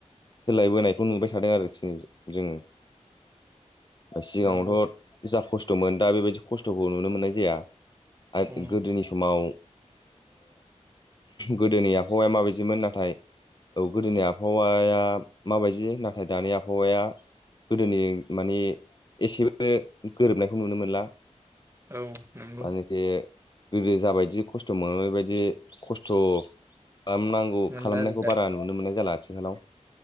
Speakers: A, on the left; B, on the right.
A: सोलायबोनायखौ नुबाय थादों आरोखि जोङो सिगाङावथ'
B: नंगौ
A: जा खस थमोन दा बेबायदि खस्थखौ नुनो मोननाय जाया आरो
B: औ
A: गोदोनि समाव ओ गोदोनि आबहावाया माबायदिमोन नाथाय औ गोदोनि आबहावाया माबायदि नाथाय दानि आब हावाया गोदोनि माने एसेबो गोरोबनायखौ नुनो मोनला
B: औ नंगौ
A: मानेखि गोदो जाबायदि खस्थ‌ मोनो बेबायदि खस्थ खालाम नांगौ
B: मोनला
A: खालामनायखौ
B: आरो दा
A: बारा नुनो मोननाय जाला आथिखालाव